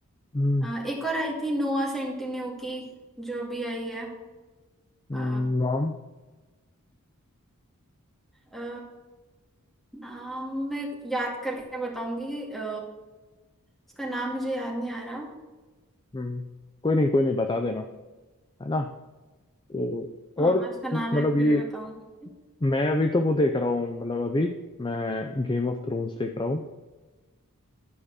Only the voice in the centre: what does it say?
अ, एक और आई थी नोआ सेंटिन्यू की जो भी आई है
अ,
अ, नाम मैं याद करके बताऊंगी अ, उसका नाम मुझे याद नहीं आ रहा
हाँ
उसका नाम
याद
करके बताऊंगी